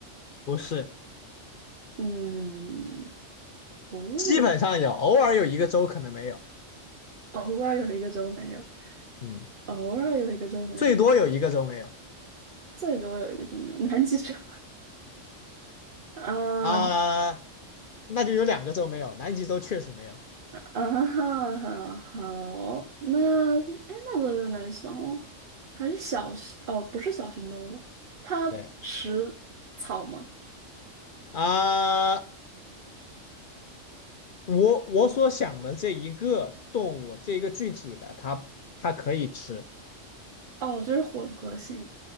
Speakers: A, on the left (about 55°); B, on the right (about 45°).
A: 不是，不是。
B: 嗯，哺乳，
A: 基本上有，偶尔有一个州可能没有，
B: 偶尔有一个州没有。
A: 嗯，
B: 偶尔有一个周没有，
A: 最多有一个州没有
B: 最多有一个就没有，南极洲 <laughs> 啊
A: 啊，那就有两个州没有，南极洲确实没有。
B: 啊哈哈，好，那哎，那轮轮南生哦，还是小型哦，不是小型动物，它食草吗？
A: 对啊，我我所想的这一个动物，这一个具体的，它它可以吃，
B: 哦，就是混合性，